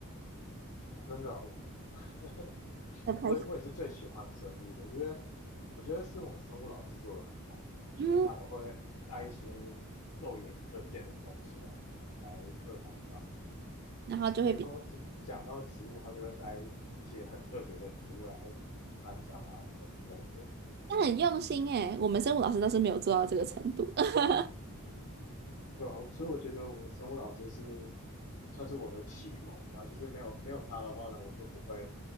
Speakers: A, on the left (about 80°); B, on the right (about 45°).
A: 啊，真的哦，<laughs>
B: <laughs> 要开心，
A: 我也我也是最喜欢生物的，因为我觉得是我们生物老师做的很好，
B: 嗯，
A: 就是他都会带一些肉眼可见的东西来来课堂上，
B: 然后就会比，
A: 比如说讲讲到植物，他就会带一些很特别的植物来班上啊什么之类的，
B: 但很用心诶，我们生物老师倒是没有做到这个程度。<laughs>
A: 对啊，所以我觉得我们生物老师是算是我的启蒙吧，就是没有没有他的话呢，我就不会